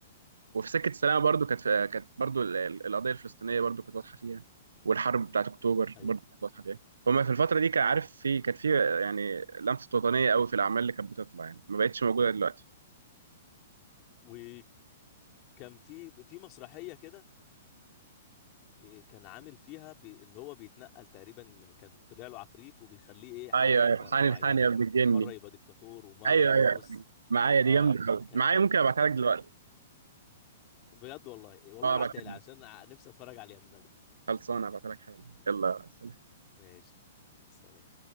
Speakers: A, on the right; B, on the left.
A: وفي سكه السلام برضو كانت في- كانت برضو ال- ال- القضيه الفلسطينيه برضو كانت واضحه فيها والحرب بتاعت اكتوبر
B: ايوه
A: برضو كانت واضحه فيها فما في الفتره دي كان عارف في كانت في آه، يعني لمسه وطنيه قوي في الاعمال اللي كانت بتطلع يعني ما بقتش موجوده دلوقتي
B: وكان في في مسرحية كده آه، كان عامل فيها بان هو بيتنقل تقريبا كان طلع له عفريت وبيخليه ايه حاجات
A: ايوه ايوه
B: معينة
A: حاني الحاني يا ابن الجني
B: مرة يبقى دكتاتور ومرة
A: ايوه
B: يبقى
A: ايوه
B: نص
A: معايا دي
B: اه
A: جامده قوي
B: كان
A: معايا ممكن ابعتها لك دلوقتي
B: بجد والله والله
A: اه
B: ابعتها
A: ابعتها لك
B: لي عشان نفسي اتفرج عليها من بدري
A: خلصانه ابعتها لك حالا يلا سلام
B: ماشي سلام